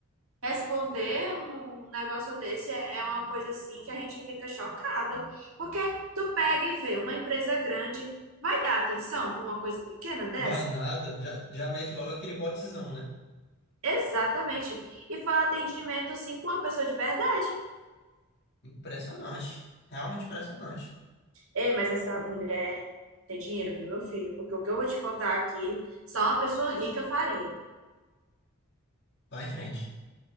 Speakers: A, on the right; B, on the left.
A: Responder um um negócio desse é é uma coisa assim que a gente fica chocada, porque tu pega e vê uma empresa grande, vai dar atenção para uma coisa pequena dessa?
B: Vai nada, já, já mete logo aquele botzão, né?
A: Exatamente. E foi um atendimento assim com uma pessoa de verdade.
B: Impressionante. Realmente impressionante.
A: Ei, mas essa mulher tem dinheiro, viu, meu filho? Porque o que eu vou te contar aqui, só uma pessoa rica faria.
B: Vai em frente.